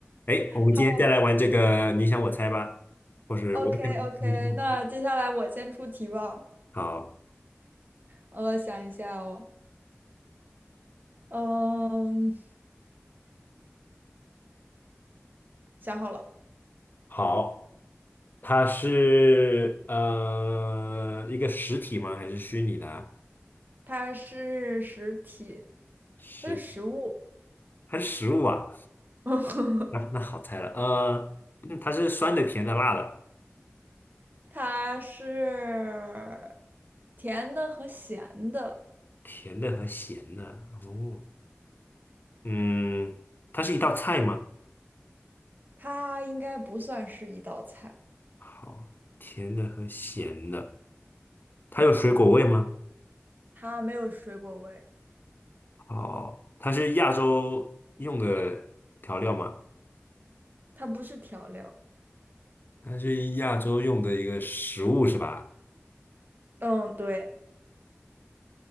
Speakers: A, on the left; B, on the right.
A: 哎，我们今天再来玩这个你想我猜吧，
B: 好的
A: 或是我想你想我猜。
B: o k o k 那接下来我先出题吧。
A: 好，
B: 我想一下哦，嗯，想好了，
A: 好，它是呃一个实体吗？还是虚拟的啊
B: 它是实体，
A: 实，
B: 它是食物，
A: 还是实物啊？
B: <laughs>
A: 那、那好猜了，呃，嗯它是酸的、甜的、辣的，
B: 它是甜的和咸的，
A: 甜的和咸的。哦，嗯，它是一道菜吗？
B: 它应该不算是一道菜，
A: 好，甜的和咸的，它有水果味吗？
B: 它没有水果味，
A: 好，它是亚洲用的调料吗？
B: 它不是调料。
A: 它是亚洲用的一个食物是吧？
B: 嗯，对，